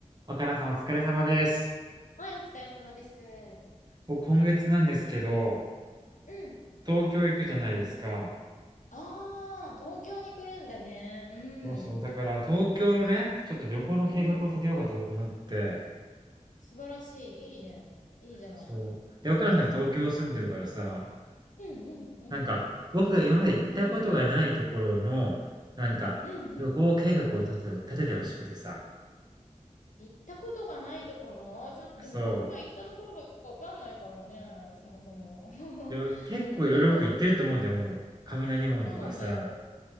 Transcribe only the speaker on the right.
若菜さんお疲れ様です。
僕今月なんですけど、
東京行くじゃないですか。
そうそう。だから東京のね、ちょっと旅行の計画を立てようかと思って、
そう。で、若菜さん東京住んでるからさ、
なんか僕が今まで行ったことがないところの、
なんか旅行計画を立てて、
立ててほしくてさ。
そう。
でも結構いろいろ僕行ってると思うんだよ、
もう。雷門とかさ、